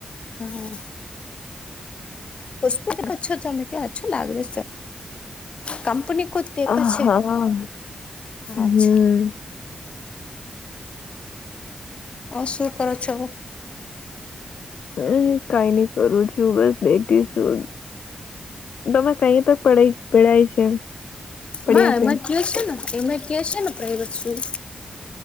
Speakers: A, on the left (about 55°); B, on the left (about 80°).
A: હા કશછો તમે અછું લાગ્યો કંપની દેખા
B: હ
A: છે
B: હા હમ
A: અચ્છા અ શું કર છો
B: હમ કઈ નઈ કરું છું બસ બેઠીશું તમે કઈ તક પડ પડાય છે પડ્યા
A: ના
B: છે
A: એમાં ને એમઈ કે છે ને પ્રાાઈવેટ સ્કૂલ